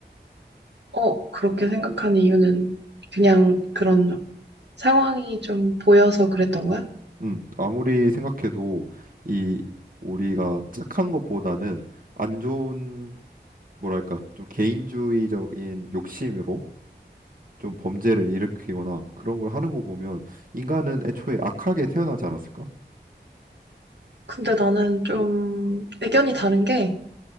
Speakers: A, on the right (about 70°); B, on the right (about 50°).
A: 어, 그렇게 생각한 이유는 그냥 그런 상황이 좀 보여서 그랬던 거야?
B: 음, 아무리 생각해도 이 우리가 착한 것보다는 안 좋은 뭐랄까 좀 개인주의적인 욕심으로 좀 범죄를 일으키거나 그런 걸 하는 거 보면 인간은 애초에 악하게 태어나지 않았을까?
A: 근데 나는 좀 의견이 다른 게